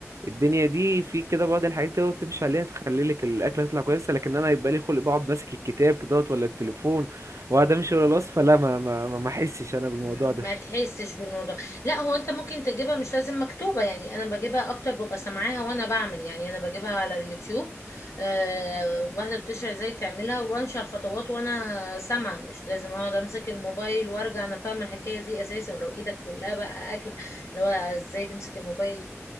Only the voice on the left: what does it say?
م-
ما تحسش بالموضوع لا هو انت ممكن تجيبها مش لازم مكتوبة يعني انا بجيبها اكتر ببقى سامعاها وانا بعمل يعني انا بجيبها على اليوتيوب أه واحدة بتشرح ازاي تعملها وامشي على الخطوات وانا سامعة مش لازم اقعد امسك الموبايل وارجع انا فاهمة الحكاية دي اساسا ولو ايدك كلها بقى اكل اللي هو ازاي تمسك الموبايل